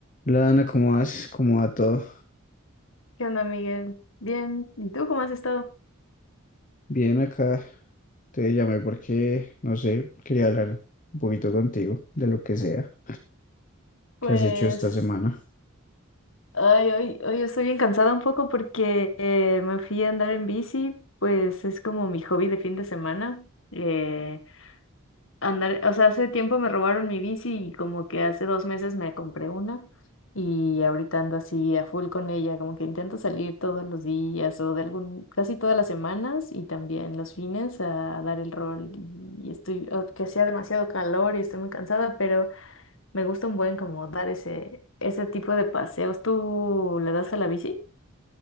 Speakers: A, on the left; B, on the left.
A: Hola Ana, ¿cómo vas? ¿Cómo va todo?
B: ¿Qué onda, Miguel? Bien, ¿y tú cómo has estado?
A: Bien acá. Te llamé porque, no sé, quería hablar un poquito contigo de lo que sea
B: Pues,
A: que has hecho esta semana.
B: ay, hoy, hoy estoy bien cansada un poco porque eh, me fui a andar en bici, pues es como mi hobby de fin de semana. eh, andar, o sea, hace tiempo me robaron mi bici y como que hace dos meses me compré una y ahorita ando así a full con ella, como que intento salir todos los días o de algún, casi todas las semanas y también los fines a dar el rol y y estoy, oh, que hacía demasiado calor y estoy muy cansada, Me gusta un buen como dar ese, ese tipo de paseos. ¿Tú le das a la bici?